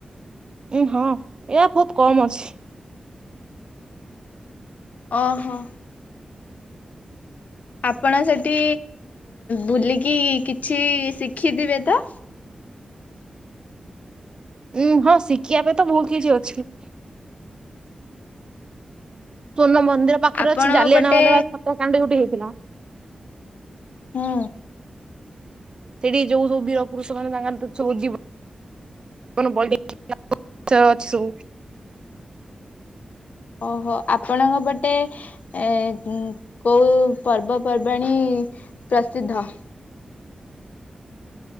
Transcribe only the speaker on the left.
ଓହୋ। ଆପଣ ସେଠି ବୁଲିକି କିଛି ଶିଖିଥିବେ ତ
ଆପଣଙ୍କ
ପଟେ
ହୁଁ
ଓହୋ ଆପଣଙ୍କ ପଟେ ଏ କୋଉ ପର୍ବପର୍ବାଣୀ ପ୍ରସିଦ୍ଧ।